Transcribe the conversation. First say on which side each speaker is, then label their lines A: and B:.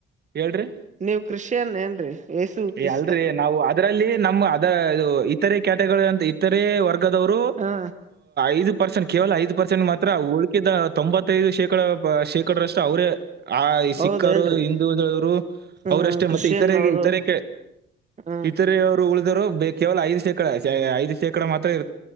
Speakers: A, on the right; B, on the right.
A: ಹೇಳ್ರಿ
B: ನೀವ್ ಕ್ರಿಶ್ಚಿಯನ್ ಏನ್ರೀ ಏಸು
A: ಏ,
B: ಕ್ರಿಸ್ತ
A: ಅಲ್ರಿ ನಾವು ಅದರಲ್ಲಿ ನಮ್ಮ ಅದ ಇದು ಇತರೆ ಕ್ಯಾಟಗಳು ಅಂತ ಇತರೆ ವರ್ಗದವರು
B: ಹಾ
A: ಐದು ಪರ್ಸೆಂಟ್ ಕೇವಲ ಐದು ಪರ್ಸೆಂಟ್ ಮಾತ್ರ ಉಳಕಿದ ತೊಂಬತ್ತೈದು ಶೇಕಡ ಶೇ ಕಡರಶ್ಟು ಅವರೆ ಆ ಈ
B: ಹೌದೇನ್ರಿ
A: ಸಿಕ್ಕರು <unintelligible>
B: ಹ್ಮ್
A: ಅವರಷ್ಟೇ
B: ಕ್ರಿಶ್ಚಿಯನ್
A: ಮತ್ತೆ ಇತರೆ
B: ಅವರು
A: ಇತರಕ್ಕೆ
B: ಹ್ಮ್
A: ಇತರವರು ಉಳಿದರು ಬೇ ಕೇವಲ ಐ ಶೇಕಡ ಐ್ ಶೇಕಡ ಮಾತ್ರ ಇರು